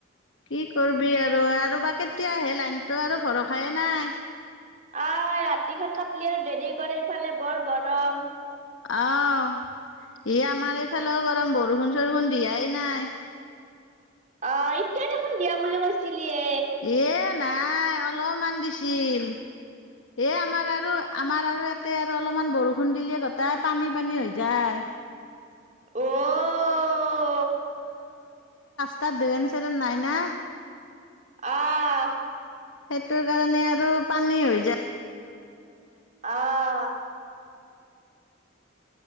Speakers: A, on the left; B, on the right.
A: কি কৰবি আৰু আৰু বাকে এতিয়া সে লাইনটো আৰু ভৰসাইে নাই।
B: আহ ৰাতিখন কাটলি আৰু দেৰি কৰে এইফালে বৰ গৰম
A: অ ই আমাৰ এইফালেও গৰম বৰষুণ। দিয়াই নাই
B: অ এতিয়া দেখোন দিয়া বুলি কৈছিল লিয়ে
A: এ নাই অলপমান দিছিল এ আমাৰ আৰু আমাৰ আৰু এ তাতে আৰু অলপমান বৰষুণ দিলে গোটাই পানী পানী হৈ যায়
B: অ
A: তাত ডৰেন চেৰেন নাই না
B: আহ
A: সেইটো কাৰণে আৰু পানী হৈ যায়
B: আহ